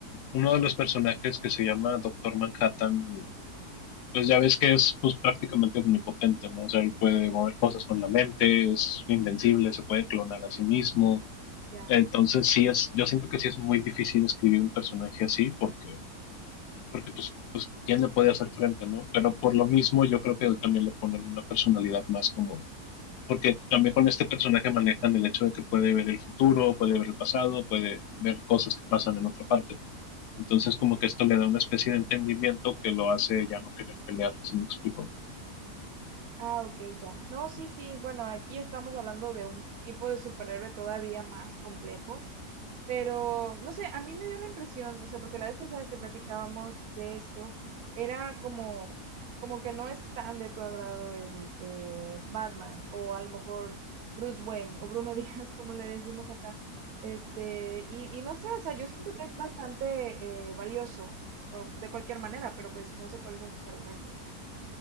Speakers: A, on the left; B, on the right.
A: Uno de los personajes que se llama Doctor Manhattan pues ya ves que es pues, prácticamente omnipotente, ¿no? O sea, él puede mover cosas con la mente, es invencible, se puede clonar a sí mismo.
B: ya.
A: Entonces sí es, yo siento que sí es muy difícil escribir un personaje así porque, porque pues, pues quién le puede hacer frente, ¿no? Pero por lo mismo yo creo que él también le ponen una personalidad más como, porque también con este personaje manejan el hecho de que puede ver el futuro, puede ver el pasado, puede ver cosas que pasan en otra parte. Entonces como que esto le da una especie de entendimiento que lo hace ya no querer pelear, si me explico.
B: Ah, ok, ya. No, sí, sí, bueno, aquí estamos hablando de un tipo de superhéroe todavía más complejo, Pero, no sé, a mí me dio la impresión, o sea, porque la vez pasada que platicábamos de esto, era como, como que no es tan de tu agrado el eh, Batman, o a lo mejor Bruce Wayne, o Bruno <laughs> Díaz, como le decimos acá. Este, y, y no sé, o sea, yo siento que es bastante eh, valioso, o de cualquier manera, pero pues no sé cuáles son tus argumentos.